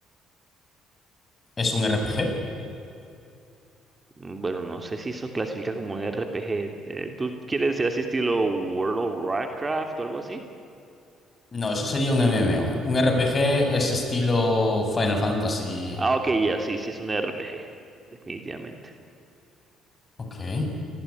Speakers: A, on the left; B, on the right.
A: Es un RPG.
B: Mm, Bueno, no sé si eso clasifica como un RPG. Eh, ¿tú quieres decir así estilo World of Warcraft o algo así?
A: No, eso sería un MMO. Un RPG es estilo Final Fantasy.
B: Ah, ok, ya sí, sí es un RPG, definitivamente.
A: Ok.